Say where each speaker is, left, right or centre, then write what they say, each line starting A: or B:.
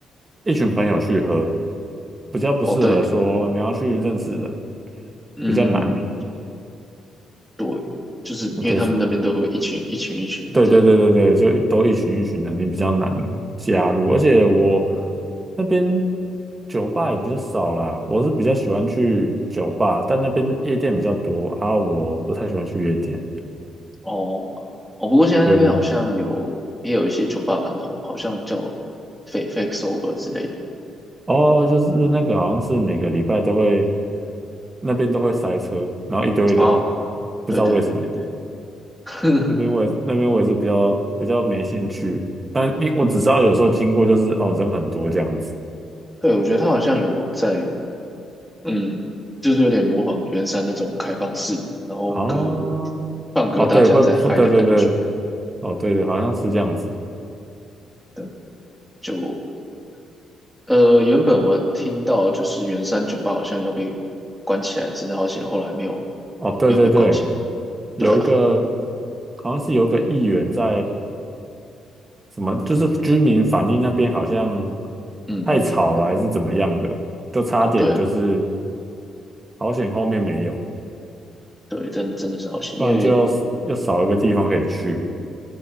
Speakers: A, on the right (about 25°); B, in the centre.
A: 一群朋友去喝，比较不适合说你要去认识人，
B: 哦，对，嗯，
A: 比较难。
B: 对，就是因为他们那边都有一群一群一群的这样。
A: 我觉得是，对对对对对，就都一群一群的，你比较难加入。而且我那边酒吧也比较少啦，我是比较喜欢去酒吧，但那边夜店比较多啊，我不太喜欢去夜店。
B: 哦，哦，不过现在那边好像有也有一些酒吧蛮红，
A: 对对。
B: 好像叫 Fake Fake Sober 之类的
A: 哦，就是那个好像是每个礼拜都会那边都会塞车，然后一堆人，
B: 啊。
A: 不知道为什么。
B: 对对对对对，<laughs>
A: 那边我也那边我也是比较比较没兴趣，但因我只知道有时候经过就是哦人很多这样子
B: 对，我觉得他好像有在。嗯，就是有点模仿圆山那种开放式，然后歌
A: 哦哦对会破对对对
B: 放歌大家在嗨的感觉。
A: 哦对对好像是这样子
B: 对，就呃，原本我听到就是圆山酒吧好像要被关起来，只是好险后来没有
A: 哦对对对
B: 没有被关起来。
A: 有一个
B: 对啊，
A: 好像是有一个议员在什么就是居民反映那边好像
B: 嗯嗯，
A: 太吵了还是怎么样的，
B: 嗯
A: 就差点就是
B: 哦对啊，
A: 好险后面没有，
B: 对，真真的是好险，
A: 不然就是又少一个地方可以去。
B: 因为